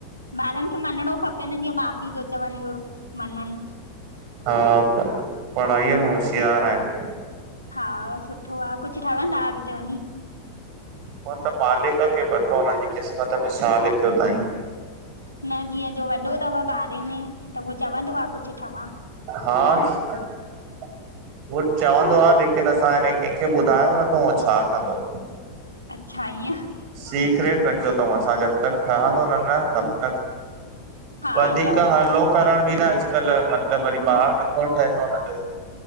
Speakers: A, on the left; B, on the right.
A: ॿारनि खे मञिणो खपे न जीअं, माउ पीउ जो चवनि उहे, मञनि।
B: हा, पढ़ाईअ में होशियार आहिन।
A: हा सुठो आ, कुछ ठहवंदा अॻिते वञी?
B: उओ त मालिक खे पतो हुन जी क़िस्मत में छा लिखियो तईं।
A: न जीअं जो वॾो तव ॿारहे में, त उहो चवंदो आ कुछ ठवां?
B: हा हूहो चवंदो आ लेकिन असां याने कंहिंखे ॿुधायो न थउं उह छा कंदो।
A: अच्छा ईअं
B: सीक्रेट रखियो तऊं असां, जब तक ठहंदो न न तब तक
A: हा
B: वधीक
A: चव
B: हलो करण बि न अॼुकल्ह मतलब वरी ॿारु नथो ठहे थो हुनजो